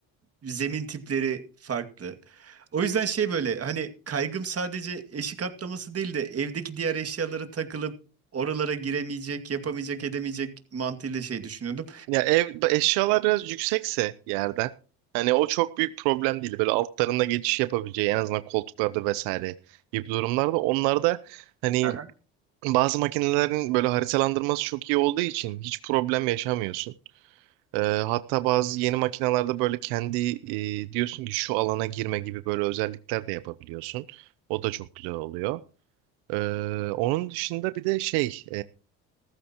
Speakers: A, on the right (about 40°); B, on the right (about 85°).
A: zemin tipleri farklı. O yüzden şey böyle hani kaygım sadece eşik atlaması değil de evdeki diğer eşyalara takılıp oralara giremeyecek, yapamayacak, edemeyecek mantığıyla şey düşünüyordum.
B: Ya ev eşyalar biraz yüksekse yerden hani o çok büyük problem değil. Böyle altlarında geçiş yapabileceği en azından koltuklarda vesaire gibi durumlarda onlarda hani
A: Aha.
B: bazı makinelerin böyle haritalandırması çok iyi olduğu için hiç problem yaşamıyorsun. Ee, hatta bazı yeni makinelerde böyle kendi e, diyorsun ki şu alana girme gibi böyle özellikler de yapabiliyorsun. O da çok güzel oluyor. Ee, onun dışında bir de şey